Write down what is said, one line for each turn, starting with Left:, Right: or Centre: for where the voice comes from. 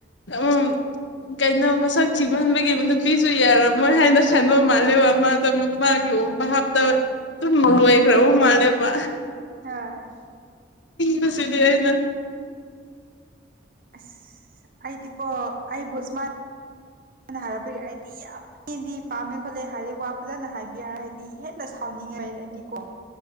Left: ꯎꯝ ꯀꯩꯅꯣ ꯃꯁꯛ ꯊꯤꯃꯟꯕꯒꯤ ꯅꯨꯄꯤꯁꯨ ꯌꯥꯔꯝꯃꯣꯏ ꯍꯥꯏꯅ ꯈꯟꯕ ꯃꯥꯜꯂꯦꯕ ꯃꯥꯗꯣ ꯃꯥ ꯌꯣ ꯍꯥꯞꯇ ꯑꯗꯨꯨꯝ ꯂꯣꯏꯈ꯭ꯔꯕ
Right: ꯎꯝ
Left: ꯃꯥꯜꯂꯦꯕ
Right: ꯍꯣꯏ
Left: ꯕꯁꯤꯗꯤ ꯑꯩꯅ
Right: ꯑꯁ ꯑꯩꯗꯤꯀꯣ ꯑꯩꯕꯨ ꯁꯨꯃꯥꯏꯅ ꯍꯥꯏꯔꯛꯄꯒꯤ ꯑꯩꯗꯤ ꯌꯥꯝ ꯃꯤꯗꯤ ꯄꯥꯝꯃꯦ ꯈꯣꯠꯂꯦ ꯍꯥꯏꯔꯗꯤ ꯋꯥ ꯐꯖꯅ ꯍꯥꯏꯕꯤ ꯍꯥꯏ ꯑꯩꯗꯤ ꯍꯦꯟꯅ ꯁꯥꯎꯅꯤꯡꯉꯦ ꯑꯩꯗꯤ ꯀꯣ